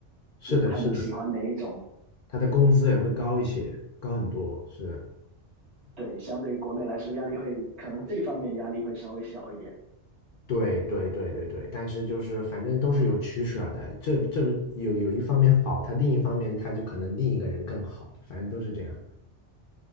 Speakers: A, on the left; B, on the right.
A: 是的，
B: 就看你喜欢哪一种。
A: 是的。他的工资也会高一些，高很多，是，
B: 对，相对于国内来说，压力会可能这方面压力会稍微小一点。
A: 对对对对对，但是就是反正都是有取舍的，这这不有有一方面好，他另一方面他就可能另一个人更好，反正都是这样。